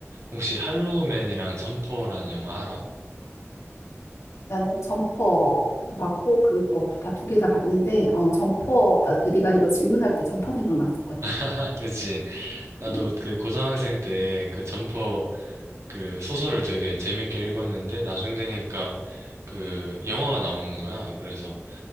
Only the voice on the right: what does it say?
혹시 할로우맨이랑 점퍼라는 영화 알아?
<laughs> 그치. 나도
그 고등학생 때 그 점퍼 그 소설을 되게 재밌게 읽었는데, 나중 되니까 그 영화가 나오는 거야. 그래서,